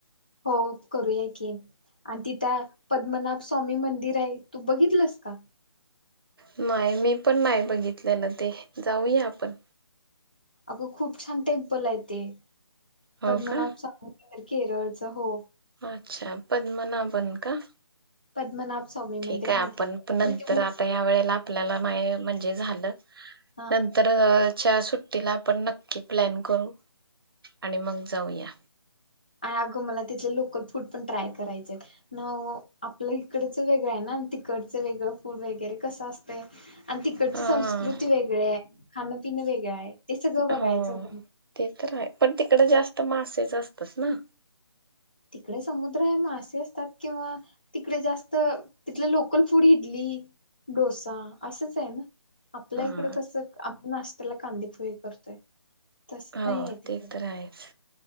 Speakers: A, on the left; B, on the right.
A: हो करूया की, आणि तिथ पद्मनाभ स्वामी मंदिर आहे, तू बघितलंस का?
B: नाही मी पण नाही बघितल्यालं ते जाऊया आपण.
A: अगं खूप छान टेम्पल आहे ते
B: हो
A: पद्मनाथ
B: का
A: स्वामी केरळच हो.
B: अच्छा पद्मना बन का?
A: पद्मनाभ स्वामी.
B: ठीक
A: मंदिर
B: आहे
A: हा
B: आपण
A: तिथे
B: नंतर
A: विष्णूची मूर्ती
B: आता या
A: आहे
B: वेळेला आपल्याला नाही म्हणजे झालं
A: हा
B: नंत तरच्या सुट्टीला आपण नक्की प्लॅन करू आणि मग जाऊया.
A: आ अगं मला तिथले लोकल फूड पण ट्राय करायचे आहेत. नव्ह ओ आपल्या इकडच वेगळं आहे ना आणि तिकडचं वेगळं फूड वगैरे कसं असतंय आणि तिकडची
B: हा
A: संस्कृती वेगळी आहे खाणं पिणं वेगळं आहे. ते सगळं बघायचं
B: हो
A: होतं.
B: ते तर आहे पण तिकडे जास्त मासेच असतात ना!
A: तिकडे समुद्र आहे मासे असतात किंवा तिकडे जास्त तिथलं लोकल फूड इडली, डोसा असंच आहे ना. आपल्या
B: हा
A: इकड कसं आम्ही नाश्त्याला कांदे पोहे करतोय. तसं नाही
B: हो
A: आहे तिकडं
B: ते तर आहेच